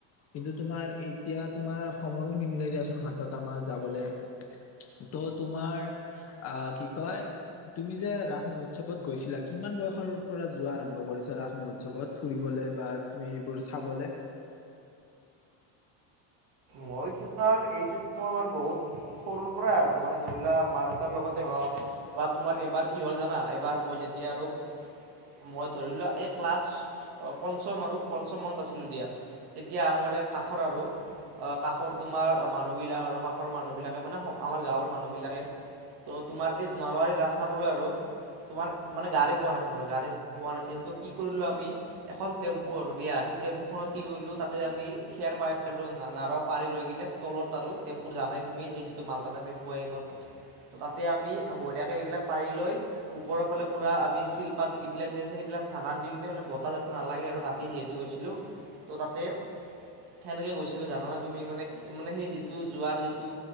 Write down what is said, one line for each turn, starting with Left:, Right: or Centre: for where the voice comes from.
Left: কিন্তু তোমাৰ এতিয়া তোমাৰ সময়ো নিমিলে দিয়াচোনা। টোত আমাৰ যাবলৈ তো তোমাৰ আহ কি কয়। তুমি যে ৰাস মহোৎসৱত গৈছিলা কিমান বয়সৰ পৰা যোৱা আৰম্ভ কৰিছা ৰাস মহোৎসৱত ফুৰিব? যাবলৈ বা তুমি এইবোৰ চাবলৈ।
Right: মই তোমাৰ এইটোত মই মোৰ বহুত সৰুৰ পৰাই আৰু মানে ধৰি লোৱা মা দেউতাৰ লগতে হওঁক বা তোমাৰ এবাৰ কি হ'ল জানা এবাৰ মই যেতিয়া এতিয়া আৰু মই ধৰি লোৱা এই ক্লাছ পঞ্চম আৰু পঞ্চম মন্ত আছিলো দিয়া তেতিয়া আমাৰ কাষৰ আৰু আ কাষৰ তোমাৰ মানুহবিলাক আৰু কাষৰ মানুহবিলাকে মানে আমাৰ গাঁৱৰ মানুহবিলাকে তো তোমাৰ এই নলবাৰীৰ ৰাস চাবলৈ আৰু তোমাৰ মানে গাড়ী পোৱা নাছিল গাড়ী পোৱা নাছিল ত কি কৰিলো আমি এখন টেম্পু দিয়া হে আমি টেম্পুখনত কি কৰিলোঁ তাতে আমি খেৰ পাৰিলো নাৰদ পাৰি লৈ কিনে তলত আৰু টেম্পু জানাই তুমি সেই যিটো মালতা টেম্পু সেইখনত ত তাতে আমি বদীয়াকে সেইবিলাক পাৰি লৈ ওপৰৰ ফালে পুৰা আমি শিলপাত এইবিলাক যে আছে সেইবিলাক ঢাকান দি কিনে মানে বতাহ যাটো নালাগে আৰু ৰাতি যিহেতু গৈছিলো ত তাতে সেনেকে গৈছিলো জাননেত তুমি মানে মানে সেই যিটো যোৱাৰ যিটো